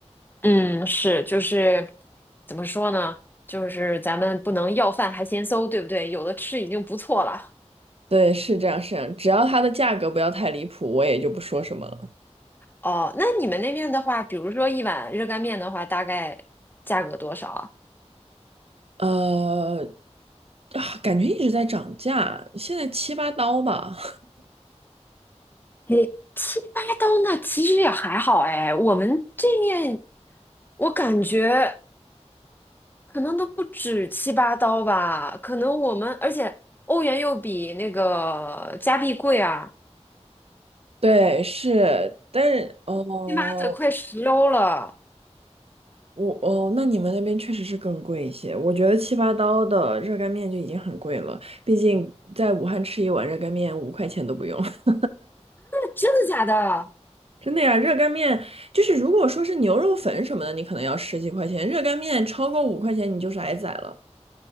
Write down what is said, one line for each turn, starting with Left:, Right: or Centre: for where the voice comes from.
Left: 嗯，是就是怎么说呢？就是咱们不能要饭还嫌馊，对不对？有的吃已经不错了。
Right: 对，是这样，是这样，只要它的价格不要太离谱，我也就不说什么了。
Left: 哦，那你们那边的话，比如说一碗热干面的话，大概价格多少啊？
Right: 呃，啊，感觉一直在涨价，现在七八刀吧。
Left: 你七八刀那其实也还好哎，我们这面我感觉可能都不止七八刀吧，可能我们而且欧元又比那个加币贵啊，
Right: <laughs> 对，是，但是哦，
Left: 起码得快十欧了。
Right: 我哦，那你们那边确实是更贵一些。我觉得七八刀的热干面就已经很贵了，毕竟在武汉吃一碗热干面五块钱都不用。<laughs>
Left: 真的假的？
Right: 真的呀，热干面就是如果说是牛肉粉什么的，你可能要十几块钱，热干面超过五块钱你就是挨宰了。